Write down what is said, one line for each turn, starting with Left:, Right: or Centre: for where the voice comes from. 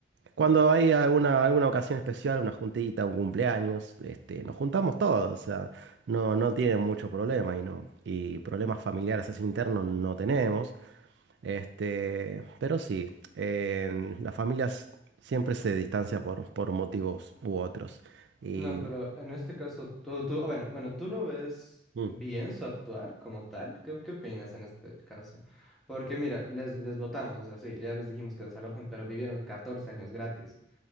Right: cuando hay alguna, alguna ocasión especial, una juntita, un cumpleaños, este, nos juntamos todos, o sea, no, no tienen mucho problema y no, y problemas familiares así internos no tenemos. Este, pero sí, en- las familias siempre se distancian por, por motivos u otros. Y,
Centre: No, pero en este caso, tú, tú, bueno, bueno, ¿tú lo ves
Right: Mm.
Centre: bien su actuar como tal? ¿Qué, qué opinas en este caso? Porque mira, les, les votamos, o sea, sí, ya les dijimos que desalojen, pero vivieron 14 años gratis,